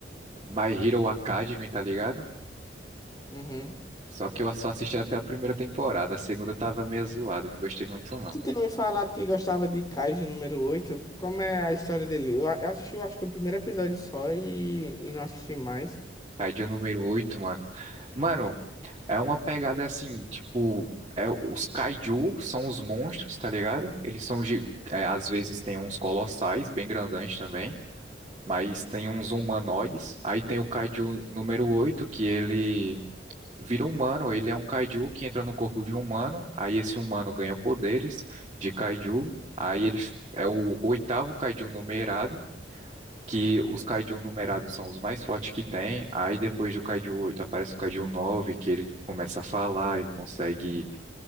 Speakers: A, on the right (about 30°); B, on the left (about 20°).
A: My Hero Academy, tá ligado?
B: Uhum.
A: Só que eu só assisti até a primeira temporada. A segunda tava meio zoado, não gostei muito não.
B: Tu tinha me falado que gostava de Kaiju número oito Como é a história dele? Eu a- eu assisti, eu acho que o primeiro episódio só e, e não assisti mais.
A: Kaiju número oito, mano. Mano, é uma pegada assim, tipo, é, os kaiju são os monstros, tá ligado? Eles são, gi- é, às vezes tem uns colossais, bem grandões também. Mas tem uns humanoides. Aí tem o Kaiju número oito que ele vira humano. Ele é um Kaiju que entra no corpo de um humano. Aí esse humano ganha poderes de Kaiju. Aí ele f- é o oitavo Kaiju numerado, que os Kaiju numerados são os mais fortes que tem. Aí depois do Kaiju 8 aparece o Kaiju 9 que ele começa a falar, ele consegue